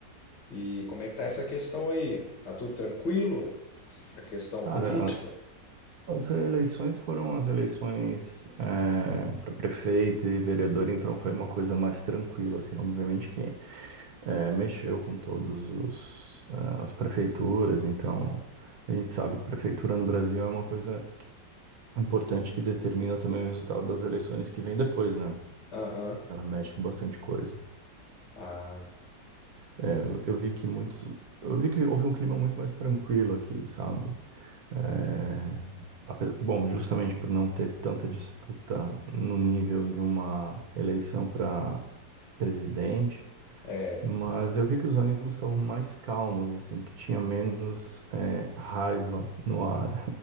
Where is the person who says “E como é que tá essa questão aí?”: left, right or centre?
Left